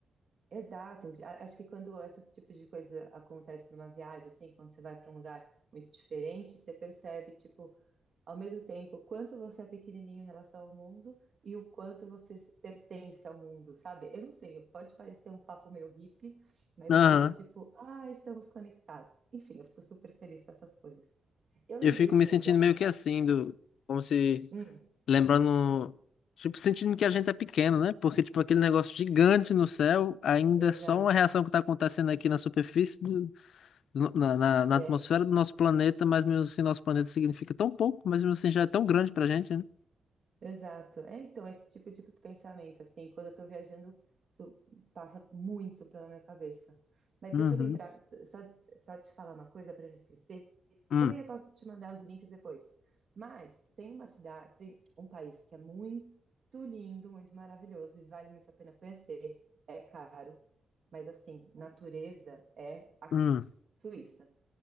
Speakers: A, on the right (about 45°); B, on the left (about 80°).
A: Exato. A- Acho que quando esses tipos de coisa acontece numa viagem, assim, quando você vai para um lugar muito diferente, você percebe, tipo, ao mesmo tempo, o quanto você é pequenininho em relação ao mundo e o quanto você se- pertence ao mundo, sabe? Eu não sei, pode parecer um papo meio hippie, mas
B: Aham.
A: eu fico tipo, ah, estamos conectados. Enfim, eu fico super feliz com essas coisas. Eu
B: Eu
A: lembrei
B: fico
A: de
B: me
A: um
B: sentindo
A: lugar.
B: meio que assim, do, como se
A: Hum,
B: Lembrando, tipo, sentindo que a gente é pequeno, né? Porque, tipo, aquele negócio gigante no céu ainda
A: exato.
B: é só uma reação que tá acontecendo aqui na superfície, do, do- na, na, na
A: É.
B: atmosfera do nosso planeta, mas mesmo assim, nosso planeta significa tão pouco, mas mesmo assim já é tão grande pra gente, né?
A: Exato. É, então, esse tipo de pensamento, assim, quando eu estou viajando, isso passa muito pela minha cabeça. Mas
B: Uhum.
A: deixa eu lembrar, só, só te falar uma coisa para não esquecer.
B: Hum.
A: Também eu posso te mandar os links depois. Mas tem uma cidade, tem um país que é muito lindo, muito maravilhoso e vale muito a pena conhecer. É caro, mas assim, natureza é aqui,
B: Hum.
A: Suíça.